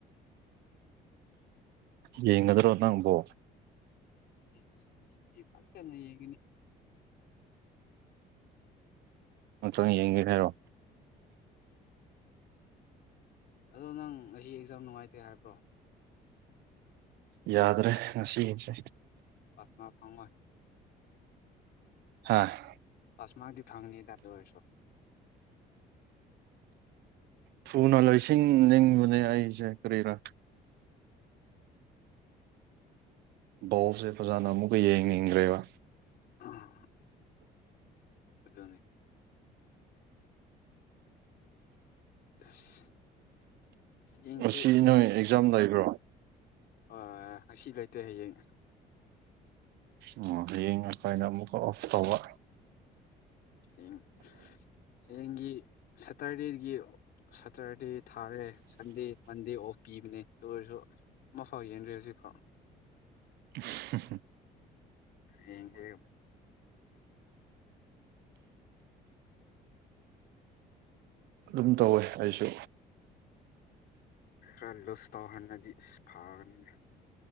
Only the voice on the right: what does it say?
ꯌꯦꯡꯉꯗ꯭ꯔꯣ ꯅꯥꯡꯕꯣ
ꯑ ꯆꯪ ꯌꯦꯡꯒꯦ ꯍꯥꯏꯔꯣ
ꯌꯥꯗ꯭ꯔꯦ ꯉꯁꯤ ꯌꯦꯁꯦ
ꯍꯥ
ꯊꯨꯅ ꯂꯣꯏꯁꯤꯡ ꯅꯤꯡꯕꯅꯦ ꯑꯩꯁꯦ ꯀꯔꯤꯔꯥ ꯕꯣꯜꯁꯦ ꯐꯖꯅ ꯑꯃꯨꯛꯀ ꯌꯦꯡꯅꯤꯡꯈ꯭ꯔꯦꯕ
ꯉꯁꯤ ꯅꯣꯏ ꯑꯦꯛꯖꯥꯝ ꯂꯩꯕ꯭ꯔꯣ
ꯑꯣ ꯍꯌꯦꯡ ꯑꯈꯥꯏꯅ ꯑꯃꯨꯛꯀ ꯑꯣꯐ ꯇꯧꯕ
ꯎ
ꯑꯗꯨꯝ ꯇꯧꯋꯦ ꯑꯩꯁꯨ